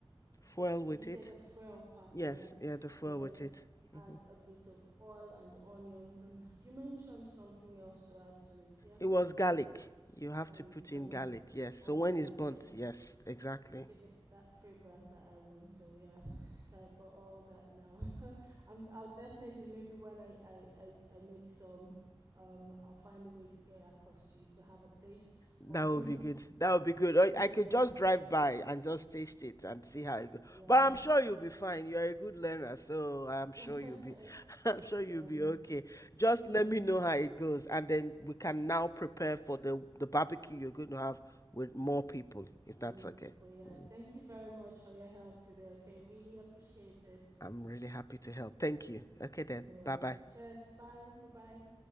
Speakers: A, on the left; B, on the right.
A: Foil
B: Did
A: with
B: you say
A: it.
B: the frill part?
A: Yes.
B: Yeah.
A: Yeah. The foil
B: And then
A: with it. hmm
B: add a bit of oil and onions. And you mentioned something else to add to it. Yeah.
A: It was garlic. You have
B: Garlic
A: to put
B: and
A: in garlic. Yes. So
B: and
A: when
B: garlic
A: it's burnt,
B: yeah,
A: yes, exactly.
B: to give it that fragrance that I want. So yeah, <laughs> so I got all that now. <laughs> I'm, I'll definitely maybe when I, I, I, I make some, um, I'll find a way to get it across to you to have a taste,
A: That
B: or maybe
A: would be good. That would be good. I,
B: <laughs> maybe
A: I could
B: yeah
A: just drive by and just taste it and see how it goes.
B: yeah
A: But I'm sure you'll be fine. You're a good learner, so I'm sure
B: <laughs>
A: you'll be <laughs> I'm sure you'll
B: yeah
A: be okay. Just
B: yeah.
A: let me know how it goes and then we can now prepare for the the barbecue you're going to have with more people, if that's
B: With more
A: okay.
B: people, yeah.
A: Mm.
B: Thank you very much for your help today. Okay, really appreciate it.
A: I'm really happy to help. Thank you. Okay then.
B: No worries.
A: Bye-bye.
B: Cheers. Bye. Bye bye.